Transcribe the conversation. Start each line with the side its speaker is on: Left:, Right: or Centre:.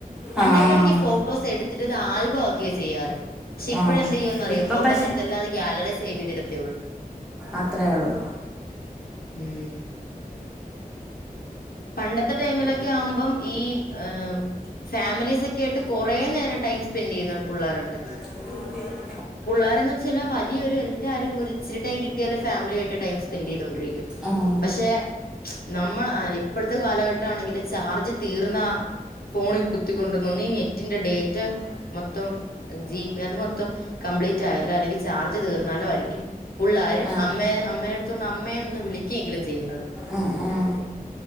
Left: പണ്ടൊക്കെയാണെങ്കി
Centre: ആഹ് ആഹ്
Left: ഫോട്ടോസ് എടുത്തിട്ട് ഇത് ആൽബം ആക്കെയ ചെയ്യാറ് പക്ഷെ ഇപ്പോഴെന്തെയാന്ന്
Centre: ആഹ്
Left: അറിയോ
Centre: ഇപ്പൊ
Left: ഫോട്ടോസ്
Centre: പക്ഷെ
Left: എടുത്ത്ല്ലാരും ഗാലറീ സേവ്യ്തിടതേ ഉള്ളു
Centre: അത്രേ ഉള്ളൂ
Left: ഉം പണ്ടത്തെ ടൈമിലൊക്കെ ആവുമ്പം ഈ ആ ഫാമിലീസ് ഒക്കെ ആയിട്ട് കുറേ നേരം ടൈം സ്പെൻഡ്യ്യുന്ന പിള്ളേരുണ്ട്.
Centre: ആഹ്
Left: പുള്ളാരിന്ന് ചില വലിയൊരുല്ലാരും ഒരു ഇച്ചിരി ടൈം കിട്ടിയാല് ഫാമിലിയായിട്ട് ടൈം സ്പെൻഡ്യ്തോണ്ടിരിക്കും
Centre: ആഹ്
Left: പക്ഷെ നമ്മ ഇപ്പോഴത്തെ കാലഘട്ടണെങ്കില് ചാർജ് തീർന്ന ഫോണിൽ കുത്തിക്കൊണ്ടുന്ന ഒന്ന് ഈ നെറ്റിന്റെ ഡേറ്റ് മൊത്തം ജീപ്പ് അത് മൊത്തം കംപ്ലീറ്റ് ആയാലോ അല്ലെങ്കിൽ ചാർജ് തീർന്നാലോ ആരിക്കും പുള്ളാര്
Centre: ആഹ്
Left: അമ്മയെ അമ്മയുടെ അടുത്തു നിന്ന് അമ്മയെ ന്ന് വിളിക്കുകെങ്കിലും ചെയ്യുന്നത്
Centre: ഉം ഉം